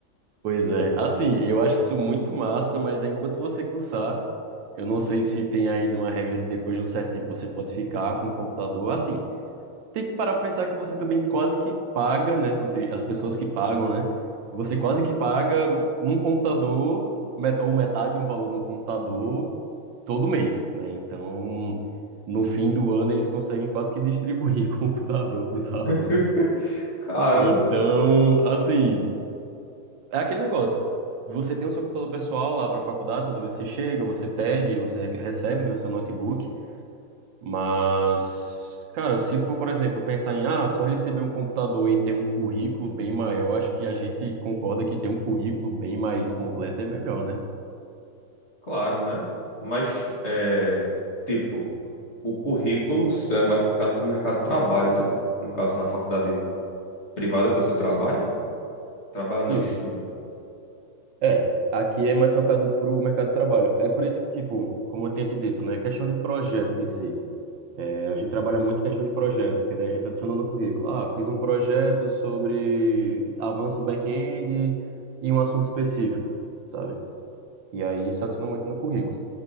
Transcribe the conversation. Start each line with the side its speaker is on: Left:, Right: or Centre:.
Right: Pois é. Assim, eu acho isso muito massa, mas enquanto você cursar, eu não sei se tem ainda uma regra de depois de um certo tempo você pode ficar com o computador. Assim, tem que parar pra pensar que você também quase que paga, né? Se você, as pessoas que pagam, né? Você quase que paga um computador, met- ou metade de um valor de um computador todo mês, né? Então, no fim do ano, eles conseguem quase que distribuir <laughs> computador para os alunos.
Left: <laughs> Caramba,
Right: Então, assim. É aquele negócio. Você tem o seu computador pessoal lá para a faculdade, toda vez que você chega, você pede, você re- recebe, né, o seu notebook. Mas, cara, se for, por exemplo, pensar em, ah, só receber um computador e ter um currículo bem maior, acho que a gente concorda que ter um currículo bem mais completo é melhor, né?
Left: claro, né? Mas é tipo, o currículo é mais focado para o mercado de trabalho, né? No caso, na faculdade privada que você trabalha,
Right: Isso.
Left: trabalha não,
Right: Isso.
Left: estuda.
Right: É, aqui é mais focado para o mercado de trabalho. É por isso que, tipo, como eu tinha te dito, né, questão de projetos em si. É, A gente trabalha muito em questão de projeto, porque daí a gente adiciona no currículo. Ah, fiz um projeto sobre avanço back-end e um assunto específico, sabe? E aí isso adiciona muito no currículo.